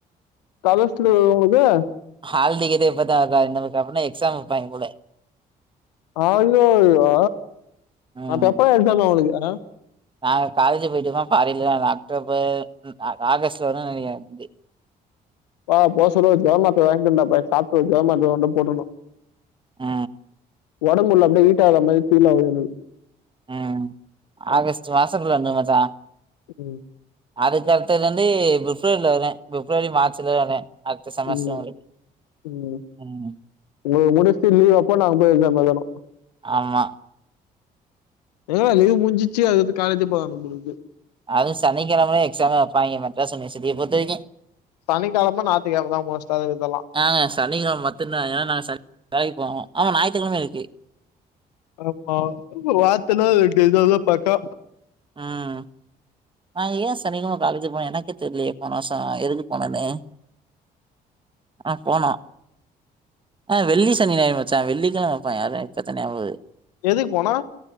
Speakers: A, on the left (about 85°); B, on the right (about 25°).
A: கரஸ்சுலா இருக்கிறவங்களுக்கு
B: ஹால்டிக்கெட்டே இப்பதா வர்த்தா ‌இன் நமக்கு அப்புட்னா எக்ஸாம் வெப்பாங்க போல
A: ஆய்யய்யோ
B: ம்
A: அப்ப எப்ப எக்ஸாம் அவுங்ளுக்கே
B: நாங்க காலேஜ் போயிட்டுமா பாதில அ அக்டோபர் ம் அ ஆகஸ்ட்ல தா நெனைக்கிறே எனக்கு தெரிஞ்சு
A: பா போசொலெ ஒரு ஜெரோ மாத்திர வாங்கிண்டா பாவி சாப்ட்டு ‌ஒரு ஜெரமாத்தர ‌ஒன்னூ போட்டுன்னோ
B: அ
A: ‌ஒடம்பு உள்ள அப்டியே ஹீட் ஆகுற மேரி ஃபீல் ஆகுது எனக்கு
B: ம் ஆகஸ்ட் மாசத்துல வந்தூரு மச்சா
A: ம்
B: அதுக்கடுத்தது வந்து பிஃப்ரவரில வரே பிஃப்ரவரி மார்ச்ல தா வரே அடுத்த செமஸ்டர்
A: ம்
B: உங்களுக்கு
A: ம்
B: ம்
A: இங்கோ முடிச்சுட்டு லீவ் அப்போ நாங்க போய் எக்ஸாம் எழுதணோ
B: ஆம்மா
A: எங்கடா லீவ் முஞ்சிச்சு அடுத்துக்கடுத்து காலேஜ் போலா நம் நம்புளுக்கு
B: அதுவூ சனிக்கிழம எக்ஸாமே வைப்பங்க மெட்ராஸ் யூனிவர்சிட்டி பொறுத்த வரைக்கூ
A: சனிக்கிழம ஞாயித்துக்கிழம தா மோஸ்ட்டா இதெல்லா
B: ஏங்க சனிக்கிழமை மட்டுந் தா ஏன்னா நாங்க வேலைக் போவோ ஆனா ஞாயித்துக்கிழம இருக்கு
A: ஆமா வார்த்தில ரெண்டு நாள் தா பக்கா
B: ம் நா ஏ சனிக்கிழம காலேஜ்க்கு போனே எனக்கே தெரியலியே போன வருஷோ எதுக்கு போனேன்னு ஆனா போனோ ஆ வெள்ளி சனி ஞாயிறு மச்சா வெள்ளி கெழம வெப்பாங்க அது எக்ஸ்ட்ரா தனியா போதூ
A: எதுக்கு போனோ